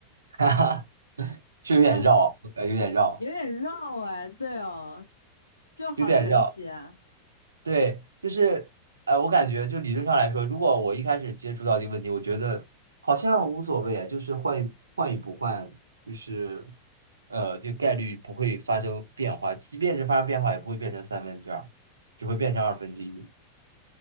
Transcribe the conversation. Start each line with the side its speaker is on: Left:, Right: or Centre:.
Right: <laughs> 哈哈，是有点绕，
Left: 嗯，
Right: 呃有点绕，
Left: 有点绕哎，对哦，就好神奇啊，
Right: 有点绕。对，就是，哎，我感觉就理论上来说，如果我一开始接触到这个问题，我觉得好像无所谓啊，就是换与换与不换，就是，呃，这个概率不会发生变化，即便是发生变化，也不会变成三分之二，只会变成二分之一。